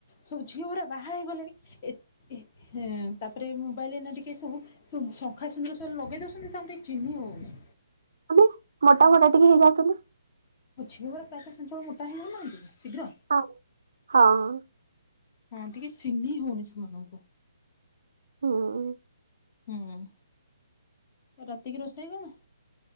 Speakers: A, on the left; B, on the right.
A: ସବୁ ଝିଅ ଉରା ବାହା ହେଇଗଲେଣି। ଏ ଏ ତାପରେ ମୋବାଇଲରେ ନା ଟିକେ ସବୁ ଶଙ୍ଖା ସୁନ୍ଦର ସବୁ ଲଗେଇ ଦଉଛନ୍ତି। ତାକୁ ଚିହିଁ ହେଉନି।
B: ମାନେ ମୋଟା ମୋଟା ଟିକେ ହେଇଯାଉ ଛନ୍ତି।
A: ଏ ଝିଅ ଉରା ପ୍ରାୟତଃ ସେଣ୍ଟର ମୋଟା ହେଉନାହାନ୍ତି ଶୀଘ୍ର।
B: ହଁ ହଁ
A: ହଁ ଟିକେ ଚିହ୍ନି ହଉନି ସେମାନଙ୍କୁ।
B: ହଁ
A: ହୁଁ ରାତିକି ରୋଷେଇ କଣ?